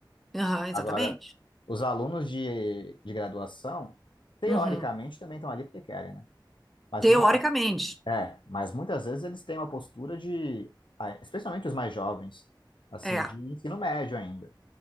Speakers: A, in the centre; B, on the left (about 75°).
A: Aham, exatamente.
B: Agora, os alunos de, de graduação, teoricamente,
A: Uhum.
B: também estão ali porque querem, né, mas
A: Teoricamente.
B: muitas, é, mas muitas vezes eles têm uma postura de, ah, especialmente os mais jovens, assim,
A: É.
B: de ensino médio ainda,